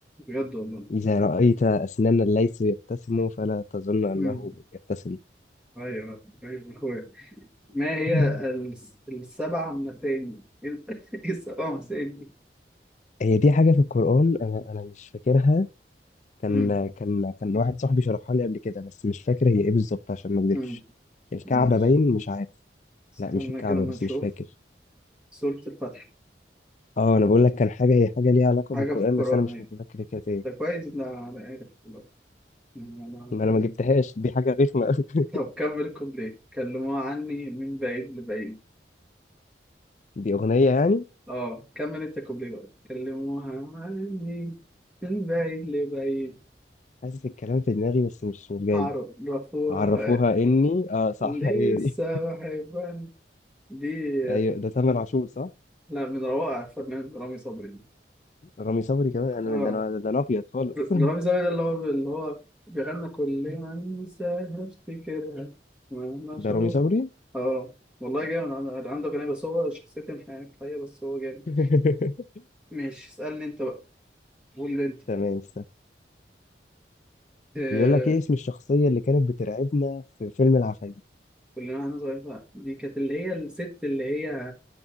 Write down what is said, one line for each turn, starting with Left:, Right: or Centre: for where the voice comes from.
Centre: بجد والله
Left: إذا رأيت أسنانا الليث يبتسم فلا تظن أنه
Centre: امم
Left: يبتسم
Centre: ايوه ايوه اخويا ما هي
Left: <laughs>
Centre: الس- السبع مثاني <laughs> ايه السبع مثاني
Left: هي دي حاجة في القرآن أنا أنا مش فاكرها كان
Centre: دي
Left: كان كان واحد صاحبي شرحها لي قبل كده بس مش فاكر هي إيه بالظبط عشان ما أكدبش
Centre: مم.
Left: الكعبة
Centre: ماشي
Left: باين مش عارف
Centre: استنى
Left: لا مش الكعبة
Centre: كده ما
Left: بس
Centre: نشوف
Left: مش فاكر
Centre: سورة الفتح
Left: اه أنا بقول لك كان حاجة هي حاجة ليها علاقة
Centre: حاجة
Left: بالقرآن
Centre: في القرآن
Left: بس أنا مش
Centre: أيوة
Left: متذكر كانت إيه
Centre: ده كويس إن أنا عارف والله. يعني أنا
Left: ما أنا ما جبتهاش دي حاجة رخمة أوي
Centre: طب كمل الكوبليه كلموها عني من بعيد لبعيد
Left: <laughs> دي أغنية يعني
Centre: أه كمل أنت الكوبليه بقى كلموها عني من بعيد لبعيد
Left: حاسس الكلام في دماغي بس مش مش جاي
Centre: عرفوها
Left: عرفوها إني اه صح
Centre: لسه
Left: هي دي
Centre: بحبها دي
Left: أيوه ده تامر عاشور صح؟
Centre: لا من روائع الفنان رامي صبري
Left: رامي صبري كمان انا
Centre: أه
Left: ده انا ده انا ابيض خالص
Centre: رامي زاوية ده اللي هو اللي هو بيغنى كل ما انساها افتكرها مهما
Left: <laughs>
Centre: اشوف
Left: ده رامي صبري
Centre: اه والله جامد عنده عنده أغنية بس هو شخصيته انحناء حقيقة بس هو جامد
Left: <laughs>
Centre: ماشي اسألني انت بقى قول لي انت
Left: تمام استنى
Centre: آه،
Left: بيقول لك ايه اسم الشخصية اللي كانت بترعبنا في فيلم العفاريت
Centre: كلنا واحنا صغيرين بقى دي كانت اللي هي الست اللي هي